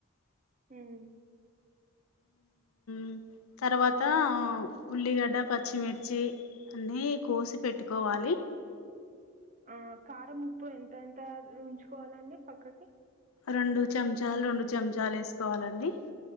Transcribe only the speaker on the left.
మ్ తర్వాత ఉల్లిగడ్డ పచ్చిమిర్చి అన్నీ కోసి పెట్టుకోవాలి
రెండు చెంచాలు రెండు చెంచాలు వేసుకోవాలండి.